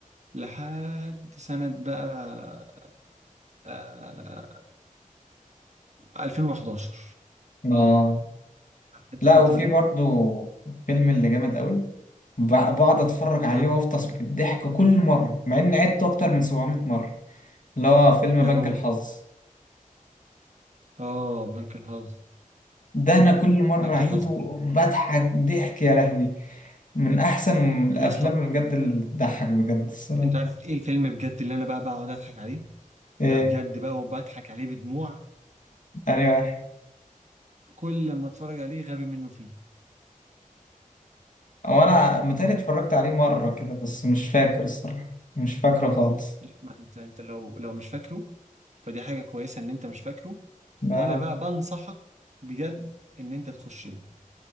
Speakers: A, on the right; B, on the left.
A: لحد سنه بقى آه 2011
B: لا
A: عارف انت
B: لا
A: الفتره
B: وفي
A: دي
B: برضه فيلم اللي جامد قوي ب- بقعد أتفرج عليه
A: آه
B: وأفطس بالضحك كل مرة مع إني عدته أكتر من 700 مرة اللي هو فيلم
A: ايه
B: بنك
A: هو
B: الحظ
A: اه بنك الحظ
B: ده انا كل مره
A: بنك
B: اعيده
A: الحظ
B: بضحك ضحك يا لهوي من احسن الافلام
A: يا اسطى
B: اللي بجد اللي بتضحك بجد الصراحه
A: انت عارف ايه الفيلم بجد اللي انا بقى بقعد اضحك عليه
B: ايه
A: ده بجد بقى وبضحك عليه بدموع
B: انا واحد
A: كل ما اتفرج عليه غبي منه فيه
B: او انا متهيألي اتفرجت عليه مره كده بس مش فاكر الصراحه مش فاكره خالص
A: ما انت انت لو لو مش فاكره فدي حاجه كويسه ان انت مش فاكره
B: لا
A: وانا بقى بنصحك بجد ان انت تخش له